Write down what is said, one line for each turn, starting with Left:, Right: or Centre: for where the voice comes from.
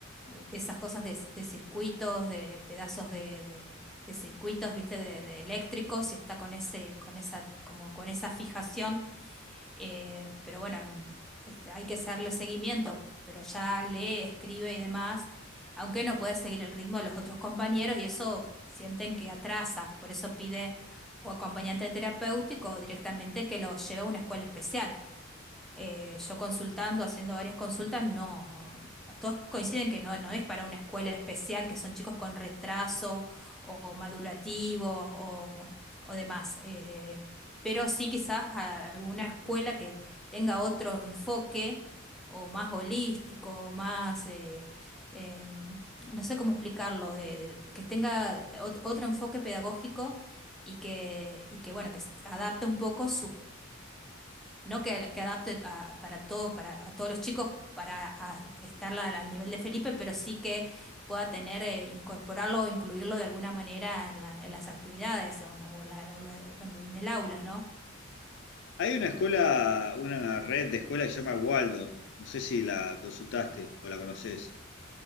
Centre: de esas cosas de, de circuitos, de pedazos de, de- de circuitos, viste, de, de eléctricos, y está con ese, con esa, como con esa fijación eh, pero bueno, este, hay que hacerle seguimiento, pero ya lee, escribe y demás, aunque no puede seguir el ritmo de los otros compañeros y eso sienten que atrasa, por eso pide o acompañante terapéutico o directamente que lo lleve a una escuela especial eh, yo consultando, haciendo varias consultas, no, todos coinciden que no, no es para una escuela especial, que son chicos con retraso o, madurativo o, o demás. eh, pero sí quizás a- alguna escuela que tenga otro enfoque o más holístico, o más, eh, eh, no sé cómo explicarlo, de, de- que tenga ot- otro enfoque pedagógico y que, y que bueno, que s- adapte un poco no que, que adapte a, para todo, para a todos los chicos para a- estar al, al nivel de Felipe, pero sí que pueda tener, eh, incorporarlo o incluirlo de alguna manera en, la- en las actividades o en, o en la- o la- o en el aula, ¿no?
Left: Hay una escuela, una red de escuelas que se llama Waldorf. No sé si la consultaste o la conoces.